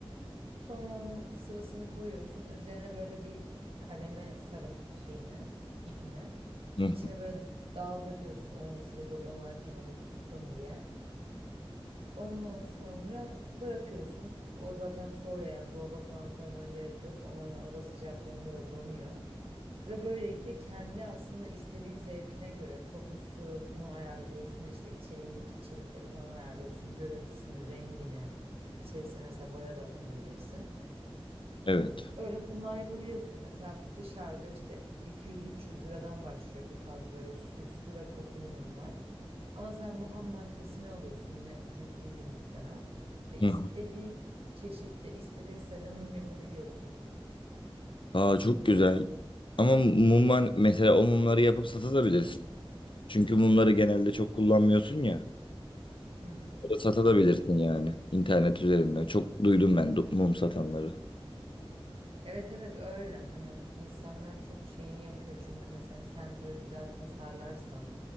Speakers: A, on the right (about 75°); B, on the left (about 60°).
A: Sonra onun sıvısını koyuyorsun. Üzerine böyle bir kaleme sarıp şeyini, ipini.
B: Hı,
A: içine böyle daldırıyorsun o sırada donarken onu tutsun diye. Ondan sonra bırakıyorsun. O zaten soğuyor yani dolaba falan koymana gerek yok. O normal oda sıcaklığında da donuyor. Ve böylelikle kendi aslında istediğin zevkine göre kokusunu ayarlıyorsun. işte içeriğindeki içerikleri falan ayarlıyorsun. Görüntüsünü, rengini. İçerisine mesela boya da atabilirsin.
B: evet.
A: Öyle mumlar yapabiliyorsun. Mesela bu dışarıda işte 200-300 liradan başlıyor bu tarz böyle süslü ve kokulu mumlar. Ama sen bu ham maddesini alıyorsun yine cüzi bir miktara ve
B: Hı.
A: istediğin çeşitte, istediğin sayıda mum yapabiliyorsun.
B: Aa çok güzel. Ama mumlar mesela o mumları yapıp satabilirsin. Çünkü mumları genelde çok kullanmıyorsun ya.
A: Hı hı.
B: Satabilirsin yani internet üzerinden. Çok duydum ben du- mum satanları.
A: Evet evet öyle hani insanlar çok şeyini yapıyor çünkü mesela sen böyle güzel tasarlarsan